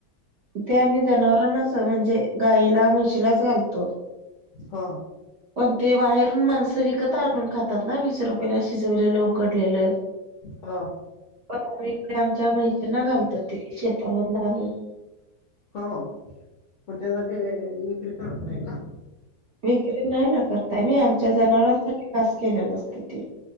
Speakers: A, on the right; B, on the left.
A: ते आम्ही जनावरांनाच म्हणजे गायला, म्हशीलाच घालतो.
B: हा.
A: पण ते बाहेरून माणसं विकत आणून खातात ना. वीस रुपयला शिजवलेलं, उकडलेलं.
B: हा.
A: पण आम्ही इथं आमच्या मैशींना घालतो ते शेतामधल आणुन.
B: हो. पण त्यासाठी विक्री करत नाही का?
A: विक्री नाही ना करताय आमी आमच्या जनावरांसाठी खास केलेला असतयं ते.